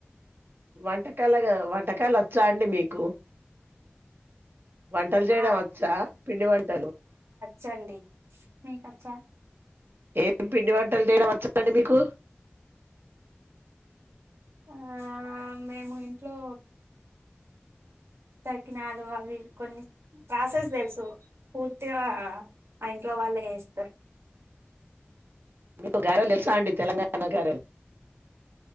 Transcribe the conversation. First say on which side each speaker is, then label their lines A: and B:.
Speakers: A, on the right; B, on the right.
A: వంటకాలుగా వంటకాలు వచ్చా అండి మీకు వంటలు చేయడం
B: ఆ
A: వచ్చా పిండి వంటలు
B: చండి మీకచ్చా
A: ఏం పిండి వంటలు చేయడం వచ్చందండి మీకు
B: ఆ మేము ఇంట్లో సకినాలు అవి కొన్ని ప్రసెస్ తెలుసు పూర్తి పగా ఆ ఇంట్లో వాళ్ళే ఏస్తారు
A: మీకు గారల్ తెల్సా అండి తెలంగా గాన గారెలు